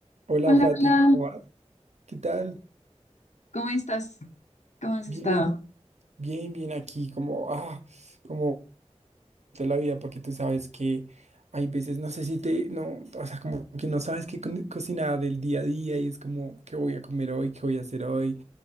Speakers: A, on the right (about 75°); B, on the left (about 85°).
A: Hola
B: Hola,
A: Fati,
B: hola,
A: ¿cómo va? ¿Qué tal?
B: ¿cómo estás? ¿Cómo has
A: Bien,
B: estado?
A: bien, bien aquí, como, ah, como toda la vida, porque tú sabes que hay veces, no sé si te, no, o sea, como que no sabes qué co- cocinar del día a día y es como, ¿qué voy a comer hoy? ¿Qué voy a hacer hoy?